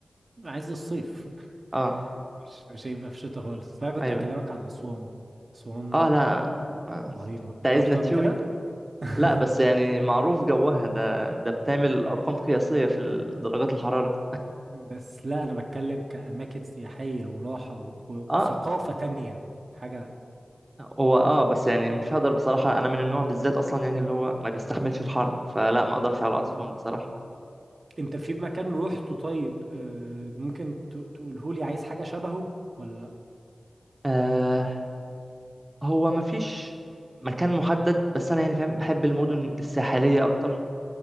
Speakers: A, on the right (about 60°); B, on the right (about 25°).
A: عايز الصيف <laughs>
B: اه
A: مش مش هيبقى في شتاء خالص لا كنت
B: ايوه
A: هكلمك
B: أيوة.
A: عن اسوان اسوان
B: اه لا آه،
A: رهيبة انت
B: انت عايزنا
A: رحتها
B: تشوي
A: قبل كده <laughs>
B: لا بس يعني معروف جوها ده ده بتعمل ارقام قياسيه في درجات الحراره
A: بس لا انا بتكلم كأماكن سياحية وراحة و... و... وثقافة
B: اه
A: تانية حاجة
B: هو اه بس يعني مش هقدر بصراحة انا من النوع بالذات اصلا يعني اللي هو ما بيستحملش الحر فلا ما اقدرش على
A: مم.
B: اسوان بصراحة
A: انت في مكان روحته طيب آه، ممكن تقوله لي عايز حاجة شبهه ولا لا
B: آه هو ما فيش مكان محدد بس انا يعني فاهم بحب المدن الساحلية اكتر